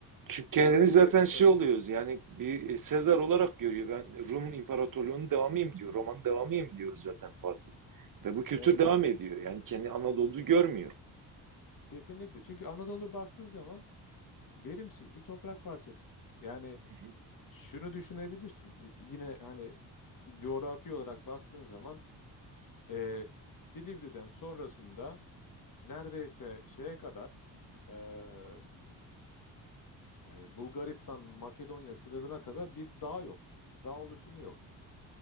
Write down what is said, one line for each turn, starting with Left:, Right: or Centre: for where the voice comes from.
Right: Çünkü kendini
Left: Rumeli
Right: zaten
Left: defter
Right: şey oluyoruz yani bir e, Sezar olarak görüyor. Ben Rum İmparatorluğu'nun devamıyım diyor. Roma'nın devamıyım diyor zaten Fatih. Ve bu kültür
Left: evet
Right: devam ediyor. Yani kendi Anadolu'yu görmüyor.
Left: kesinlikle. Çünkü Anadolu baktığın zaman verimsiz bir toprak parçası. Yani
Right: Hı
Left: şunu düşünebilirsin. E, Yine hani coğrafi olarak baktığın zaman Ee, Silivri'den sonrasında neredeyse şeye kadar ee, hmm, ee, Bulgaristan Makedonya sınırına kadar bir dağ yok. Dağ oluşumu yok.